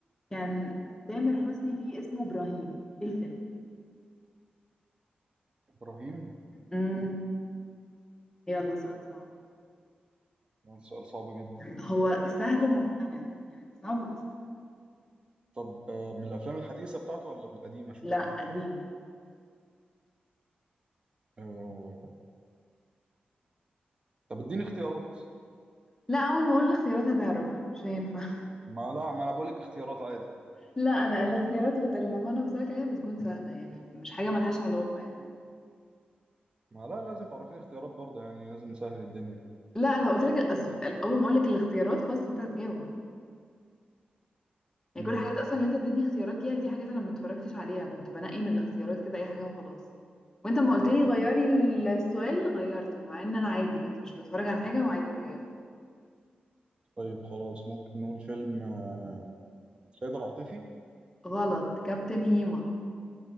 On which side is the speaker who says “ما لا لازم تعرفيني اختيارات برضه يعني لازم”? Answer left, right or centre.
Right